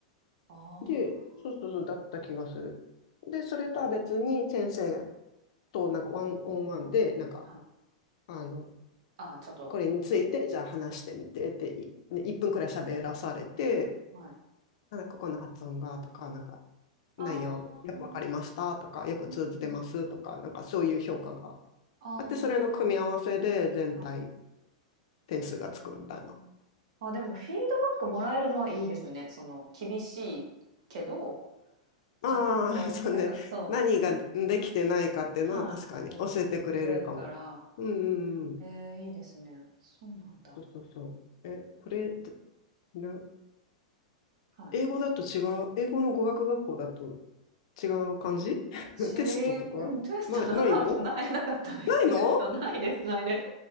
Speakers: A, on the right (about 60°); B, on the left (about 60°).
A: あ
B: で、そうそうそう、だった気がする。で、それとは別に先生となんかワンオンワンで、なんか、
A: あ、はい。
B: あの、
A: あちょっと、
B: これについて、じゃあ話してみてって、
A: うん、
B: いね、1分くらい喋らされて、
A: はい。
B: なんかここの発音がとか、なんか
A: ああ、
B: 内容よくわかりましたとか、よく通じてますとか、
A: うんうん。
B: なんかそういう評価が
A: あ
B: あって、それの組み合わせで全体
A: あ、はい。
B: 点数がつくみたいな
A: へえ。あ、でもフィードバックもらえるのはいいですね。その、厳しいけど、
B: ああ、
A: ちゃんと、
B: <laughs> そうね。
A: なんか、そう、
B: 何ができてないかっていうのは確かに教えてくれるかも。
A: はい、手にくれるから、
B: うんうんうん。
A: えー、いいですね。そうなんだ。
B: そうそうそう。え、これ、でな、
A: はい。
B: 英語だと違う、英語の語学学校だと違う感じ <laughs>
A: ちうん、
B: テストとか、
A: テストなかったないなかったです。
B: ない、ないのないの
A: テストないですないです。